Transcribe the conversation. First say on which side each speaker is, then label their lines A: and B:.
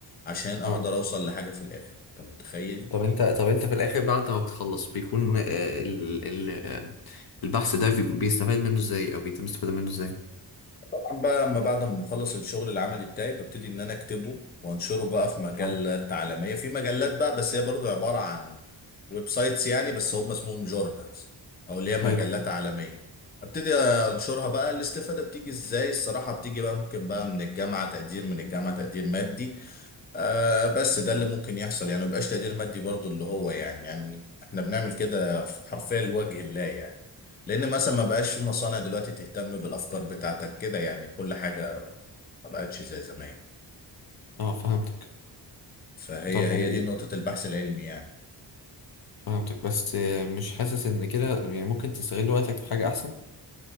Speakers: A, on the left (about 20°); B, on the left (about 55°).
A: عشان اقدر
B: اه
A: اوصل لحاجة في الاخر انت متخيل
B: طب انت طب انت في الاخر بعد ما بتخلص بيكون آه، ال ال آه، البحث ده بي- بيستفاد منه ازاي او بيتم استفادة منه ازاي
A: طبعا بقى لما بعد ما بخلص الشغل العملي بتاعي ببتدي ان انا اكتبه وانشره بقى في مجلات
B: اه
A: عالميه في مجلات بقى بس هي برضو عباره عن ويب سايتس يعني بس هم اسمهم جورنالز او اللي هي مجلات
B: حلو
A: عالميه ابتدي انشرها بقى الاستفاده بتيجي ازاي الصراحه بتيجي بقى ممكن بقى من الجامعه تقدير من الجامعه تقدير مادي آه بس ده اللي ممكن يحصل يعني مبقاش تقدير مادي برضو اللي هو يعني يعني احنا بنعمل كده حرفيا لوجه الله يعني لان مثلا ما بقاش في مصانع دلوقتي تهتم بالافكار بتاعتك كده يعني كل حاجة ما بقتش زي زمان
B: اه فهمتك
A: فهي
B: طب
A: هي
B: و...
A: دي نقطة البحث العلمي يعني
B: فهمتك بس آه، مش حاسس ان كده يعني ممكن تستغل وقتك في حاجة احسن